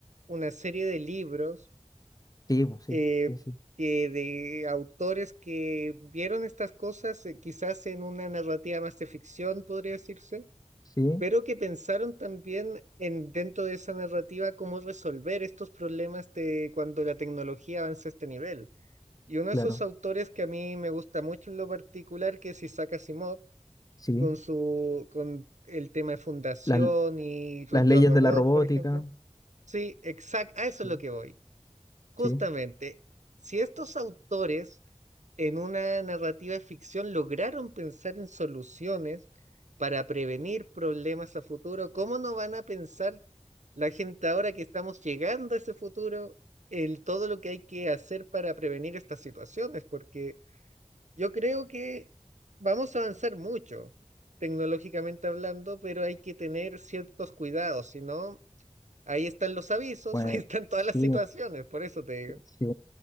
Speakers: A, on the right (about 75°); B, on the left (about 30°).
A: una serie de libros
B: Sí, pues, sí,
A: eh,
B: sí, sí,
A: que de autores que vieron estas cosas, eh, quizás en una narrativa más de ficción, podría decirse,
B: sí,
A: pero que pensaron también en dentro de esa narrativa cómo resolver estos problemas de cuando la tecnología avanza a este nivel. Y uno de
B: claro,
A: esos autores que a mí me gusta mucho en lo particular, que es Isaac Asimov,
B: sí.
A: con su, con el tema de fundación
B: Las,
A: y Ro-
B: las
A: Yo
B: leyes
A: Robot,
B: de la robótica,
A: por ejemplo. Sí, exacto, a eso
B: sí,
A: es lo que voy. Justamente,
B: sí,
A: si estos autores en una narrativa de ficción lograron pensar en soluciones para prevenir problemas a futuro, ¿cómo no van a pensar la gente ahora que estamos llegando a ese futuro en todo lo que hay que hacer para prevenir estas situaciones? Porque yo creo que vamos a avanzar mucho tecnológicamente hablando, pero hay que tener ciertos cuidados, si no, ahí están los avisos,
B: pues,
A: <laughs> ahí están todas
B: sí,
A: las situaciones, por eso te digo.
B: sí.